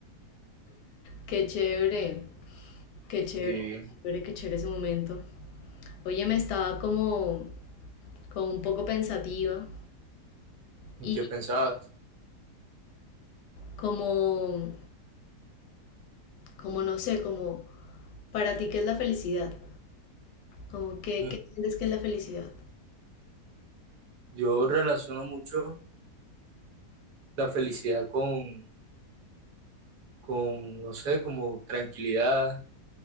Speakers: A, on the left; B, on the right.
A: Qué chévere, qué chévere,
B: ¿Y
A: qué chévere, qué chévere ese momento. Oye, me estaba como, como un poco pensativa
B: en
A: y
B: qué pensabas?
A: como, como no sé, como para ti qué es la felicidad, como que,
B: Mm,
A: ¿qué sientes que es la felicidad?
B: Yo relaciono mucho la felicidad con, con, no sé, como tranquilidad,